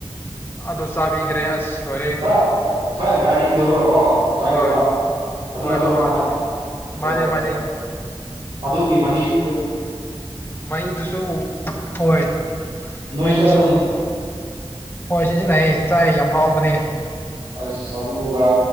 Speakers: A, on the left; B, on the right.
A: ꯑꯗꯣ ꯆꯥꯕꯤꯒ꯭ꯔꯦ ꯑꯁ ꯂꯣꯏꯔꯦ
B: ꯈꯔ ꯈꯔ ꯒꯥꯔꯤ ꯊꯧꯔꯒꯀꯣ ꯗ꯭ꯔꯥꯏ
A: ꯍꯣꯏ
B: ꯑꯣꯏꯕ ꯑꯗꯨ
A: ꯍꯣꯏ
B: ꯅꯠꯇ꯭ꯔꯣꯅ
A: ꯍꯣꯏ ꯍꯣꯏ
B: ꯍꯥꯏ ꯍꯣꯏ
A: ꯃꯥꯅꯦ
B: ꯍꯣꯏ
A: ꯃꯥꯅꯦ
B: ꯍꯣꯏ ꯑꯗꯨꯒꯤ ꯃꯍꯤ <inaudible>
A: ꯃꯩꯗꯨꯁꯨ ꯍꯣꯏ
B: ꯅꯣꯏꯁꯨ
A: ꯃꯩꯗꯨꯁꯨ
B: ꯑꯗꯨꯒꯨꯝꯕ
A: ꯍꯣꯏ ꯁꯤꯖꯤꯟꯅꯩꯌꯦ ꯆꯥꯏ ꯌꯥꯝ ꯍꯥꯎꯕꯅꯦ
B: ꯑꯁ ꯑꯗꯨꯒ